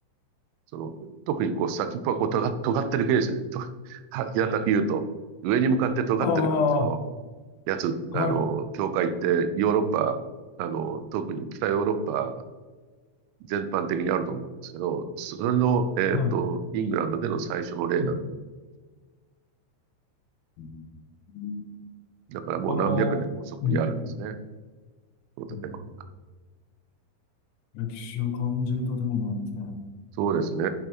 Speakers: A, on the right; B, on the left.
A: その、特にこう先っぽがこう尖尖ってる系ですよね。とは平たく言うと、上に向かって尖ってる感じの
B: ああ、は
A: やつ、あの、
B: い、
A: 教会ってヨーロッパ、あの、特に北ヨーロッパ全般的にあると思うんですけど、それの、えっと、
B: は
A: イングランドでの最初の例だった。
B: い。うんうん
A: だからもう何百年もそこにあるんですね。
B: あの、うん、
A: その建物が。
B: うん。歴史を感じる建物なんですね。
A: そうですね。